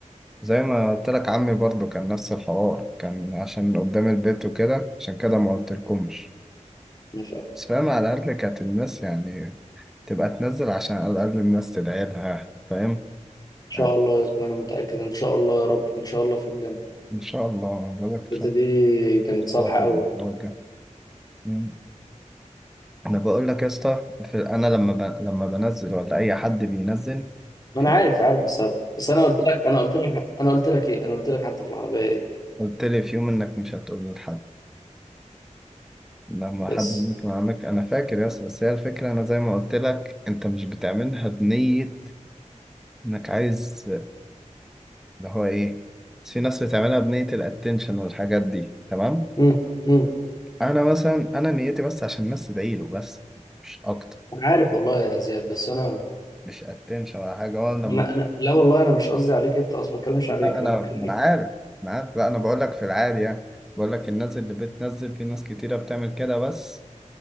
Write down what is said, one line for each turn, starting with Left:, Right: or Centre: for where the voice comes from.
Centre: زي ما قلت لك عمي برضه كان نفس الحوار كان عشان قدام البيت وكده عشان كده ما قلتلكمش
Left: انا فاهم ان
Centre: بس فاهم على الأقل كانت الناس يعني تبقى تنزل عشان على الأقل الناس تدعي لها فاهم
Left: شاء
Centre: آه،
Left: الله يا أسطى، انا متاكد ان شاء الله يا رب ان شاء الله في الجنه
Centre: إن شاء الله بقول لك إن
Left: الحتة
Centre: شاء
Left: دي
Centre: إن
Left: كانت
Centre: شاء
Left: صالحة
Centre: الله تبقى
Left: أوي
Centre: الدرجة.
Left: يعني.
Centre: مم. أنا بقول لك يا اسطى في- أنا لما ب... لما بنزل ولا أي حد بينزل
Left: ما
Centre: <laughs> في
Left: انا عارف عارف السبب بس انا قلت لك انا قلت لك انا قلت لك ايه انا قلت لك حتى في العربيه ايه
Centre: قلت لي في يوم انك مش هتقول لحد لما
Left: بس
Centre: حد ممكن عندك انا فاكر يس بس هي الفكره انا زي ما قلت لك انت مش بتعملها بنيه انك عايز اللي هو ايه بس في ناس بتعملها بنيه الاتنشن والحاجات دي تمام
Left: امم امم
Centre: انا مثلا انا نيتي بس عشان الناس تدعي له بس مش اكتر
Left: انا عارف والله يا زياد بس انا
Centre: مش اتنشن ولا حاجه وانا لما
Left: انا أنا- لا والله انا مش قصدي عليك انت اصلا ما بتكلمش
Centre: لا
Left: عليك انا
Centre: انا
Left: بتكلم
Centre: ما انا عارف انا عارف لا انا بقول لك في العادي يعني بقول لك الناس اللي بتنزل في ناس كتيره بتعمل كده بس